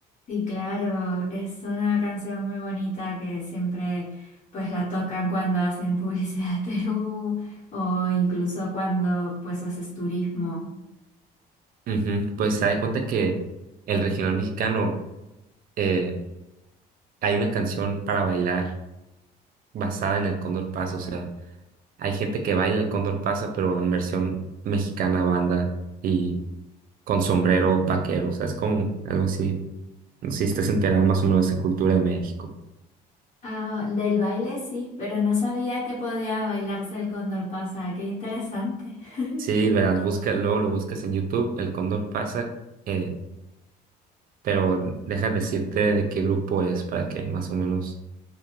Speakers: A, on the left; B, on the right.
A: sí, claro, es una canción muy bonita que siempre pues la tocan cuando hacen <laughs> publicidad de Perú o incluso cuando pues haces turismo.
B: Ujú, Pues se da cuenta que el regional mexicano eh, hay una canción para bailar basada en el Cóndor Pasa, o sea, Hay gente que baila el Cóndor pasa, pero en versión mexicana banda y con sombrero vaquero. O sea, es como algo así. No sé si estás enterado más o menos de esa cultura de México.
A: Ah, del baile sí, pero no sabía que podía bailarse el cóndor pasa. Qué interesante. <laughs>
B: Sí, verás, busca, luego lo buscas en YouTube, el Cóndor pasa, eh, pero deja de decirte de qué grupo es para que más o menos,